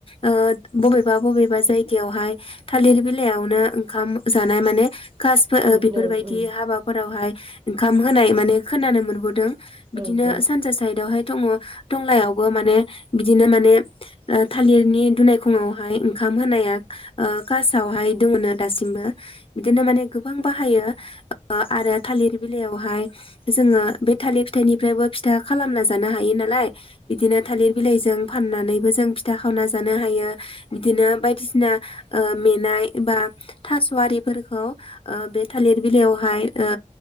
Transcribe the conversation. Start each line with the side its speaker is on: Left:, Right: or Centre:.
Left: ओ बबेबा बबेबा जायगायावहाय थालिर बिलाइयावनो ओंखाम जानाय माने कासबो
Right: ओम
Left: ओ बेफोरबायदि
Right: औ ओम
Left: हाबाफोरावहाय ओंखाम होनाय माने खोनानो मोनबोदों ।
Right: औ
Left: बिदिनो
Right: ओं औ
Left: सानजा साइदआवहाय दङ। थंलायावबो माने बिदिनो माने ओ थालिरनि दुनायखंआवहाय ओंखाम होनाया ओ कासआव हाय दङनो दासिमबो बिदिनो माने गोबां बाहायो ओ आरो थालिर बिलाइयावहाय जोङो बे थालि फिथाइनिफ्रायबो फिथा खालामना जानो हायो नालाय बिदिनो थालिर बिलाइजों फाननानैबो जों फिथा खावना जानो हायो । बिदिनो बायदिसिना ओ मेनाय बा थास'वारिफोरखौ ओ बे थालिर बिलाइयाव फाय ओ